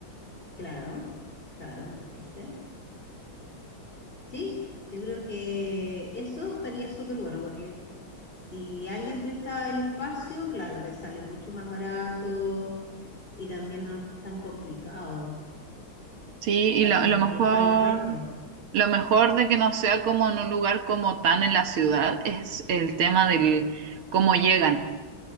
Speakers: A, on the left; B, on the right.
A: Claro, claro, me parece. Sí, yo creo que eso estaría súper bueno porque si alguien presta el espacio, claro, te sale mucho más barato y también no es tan complicado
B: Sí, y
A: para
B: lo,
A: los-
B: lo mejor,
A: el, para el resto.
B: lo mejor de que no sea como en un lugar como tan en la ciudad es el tema del cómo llegan